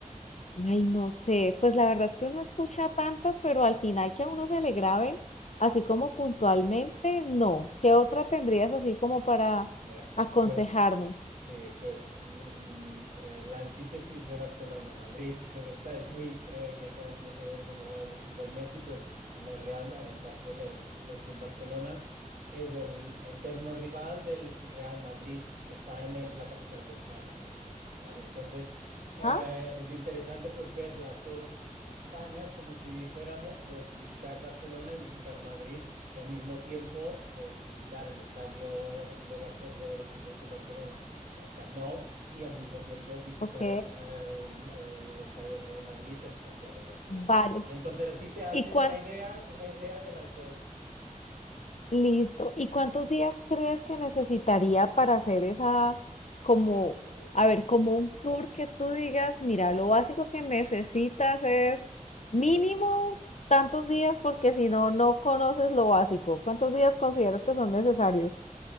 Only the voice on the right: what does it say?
Mira,
pues sí, pues mm, mm, eh, la antítesis de Barcelona-Madrid, <laughs> esta es muy, eh, ya que hemos, hemos hablado de fútbol Messi, pues en el Real, Ma- en Barcelona, el Fútbol Club Barcelona es el eterno rival del Real Madrid, que está en el- la capital de España, Madrid, ¿vale? Entonces, eh,
es interesante pues ver las dos Españas, como si dijéramos, pues visitar Barcelona y visitar Madrid y al mismo tiempo, pues visitar el estadio de Barce- del Fútbol Club Barcelona, el Camp Nou, y al mismo tiempo visitar
el, el estadio del Real Madrid, el Santiago Bernabéu.
Y entonces así te haces
una idea, una idea de las dos,
la ruta.
Ujú,
Sí.